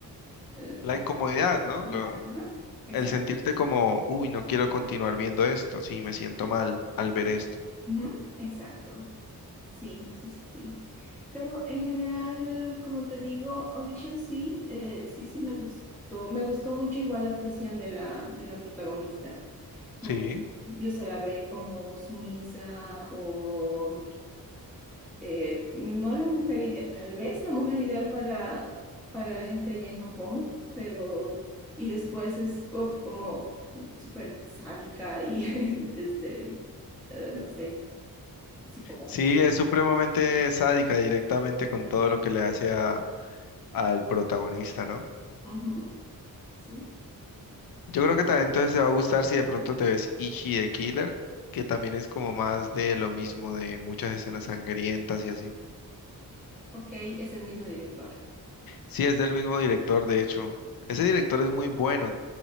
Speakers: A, in the centre; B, on the left.
A: em,
B: La incomodidad, ¿no?
A: mira,
B: Lo,
A: ajá, exacto,
B: el sentirte como, uy, no quiero continuar viendo esto, sí, me siento mal al ver esto.
A: ujú, exacto, sí, sí, sí, sí. Pero en general, como te digo, Audition sí, eh, sí, sí me gustó. Me gustó mucho igual la actuación de la, de la protagonista. Como
B: Sí,
A: que al principio se la ve como sumisa o eh, no la mujer ideal, tal vez la mujer ideal para, para la gente allá en Japón, pero y después es uf, como súper sádica y <laughs> este, eh, no sé, psicópata.
B: sí, es supremamente sádica directamente con todo lo que le hace a, al protagonista, ¿no?
A: Ujú, sí.
B: Yo creo que también entonces te va a gustar si de pronto te ves Ichi de Killer, que también es como más de lo mismo, de muchas escenas sangrientas y así.
A: Ok, es el mismo director.
B: Sí, es del mismo director, de hecho. Ese director es muy bueno,